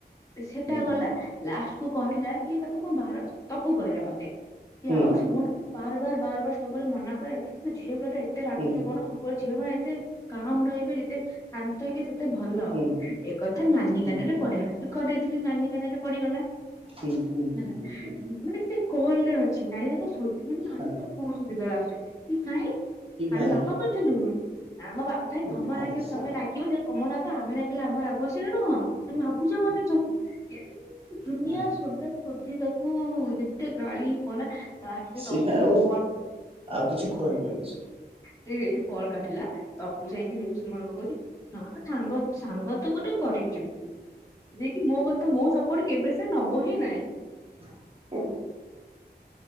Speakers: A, on the left; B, on the right.
A: ସେଟା
B: ହୁଁ
A: ଗଲା
B: ହୁଁ
A: ଲାଷ୍ଟ କୁ କହିଲା କି ତାକୁ ମୋ ଭାରତ ତପୁ କହିଲା ମତେ। କି
B: ହୁଁ
A: ଆଉ ସୁମନକୁ ମୁଁ ବାର ବାର ବାର ବାର ସବୁବେଳେ ମନା କରେ ତୁ ଝିଅ ପିଲା ଟା ଏତେ ରାଗୁଚୁ
B: ହୁଁ
A: କଣ ସବୁ ଝିଅ ମାନେ ଏତେ କାମ ରହିବେ ଯେତେ ଶାନ୍ତ ହେଇ କି ସେତେ ଭଲ
B: ହୁଁ
A: ଏ କଥା ନାନୀ
B: ହୁଁ
A: କାନ ରେ ପଡିଗଲା। ସ୍ପିକର ଦେଇଥିଲି ନାନୀ କାନ ରେ ପଡିଗଲା।
B: ହୁଁ। ହୁଁ ହୁଁ
A: ନାଁ ନାଁ
B: ହୁଁ ହୁଁ
A: ମାନେ ସେ କଲ ରେ ଅଛି ନାଇଁ ତାକୁ ସୋଦ୍ ମାନେ ନାନୀ
B: ହଁ
A: ତପୁକୁ ସୋଦିଲା ଲାଷ୍ଟ୍ ରେ। କି କାଇଁ
B: ଏ ଭାଇ
A: ଆମେ ପାପ କରିଥିଲୁ, ଆମ ବାପ କାଇଁ
B: ଏ
A: ତମ
B: ଭାଇ
A: ରାଗିବ
B: ସାର୍
A: ତମେ ରାଗିବ ତମ ରାଗ ଆମେ ରାଗିଲେ ଆମ ରାଗ୍ <unintelligible> ତମେ ଭାବୁଚ କଣ ନିଜକୁ ଏମିତି ଦୁନିଆ
B: ଭାଇ
A: ଶୋଦା ସଦି ତାକୁ ଯେତେ ଗାଳି କଲା। ଲାଷ୍ଟ ରେ
B: ସିଏ
A: ତପୁକୁ
B: ଆଉ
A: କଲ୍
B: ଆଉ କିଛି କହିବନି ସେ
A: ସେ ଏଇଠି କଲ କାଟିଲା, ତପୁ ଯାଇକି ପିଙ୍କୁ ସୁମନକୁ କହୁଚି ହଁ ସାଙ୍ଗ ସାଙ୍ଗ ତୁ ଗୋଟେ କରିଚୁ। ଯିଏ କି ମୋ କଥା ମୋ ସପୋର୍ଟ କେବେ ସେ ନବ ହିଁ ନହିଁ।
B: <unintelligible>